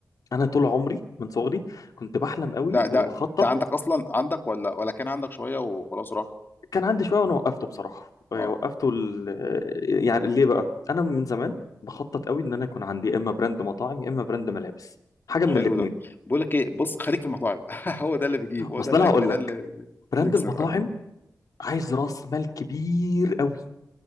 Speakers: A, on the left (about 75°); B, on the left (about 35°).
A: انا طول عمري من صغري كنت بحلم قوي
B: ده ده
A: وبخطط
B: ده عندك اصلا عندك ولا ولا كان عندك شويه وخلاص راح
A: كان عندي شويه وانا وقفته بصراحه آه،
B: اه
A: وقفته ال... آه، يعني ليه بقى انا من زمان
B: آه.
A: بخطط قوي ان انا يكون عندي يا اما براند مطاعم يا اما براند ملابس حاجه
B: حلو
A: من الاثنين
B: ده بقول لك ايه بص خليك في المطاعم <laughs> هو ده اللي بيجيب هو
A: اصل
B: ده الاكل
A: انا هقول
B: ده
A: لك
B: اللي
A: براند
B: بيكسب
A: المطاعم
B: اه
A: عايز راس مال كبير قوي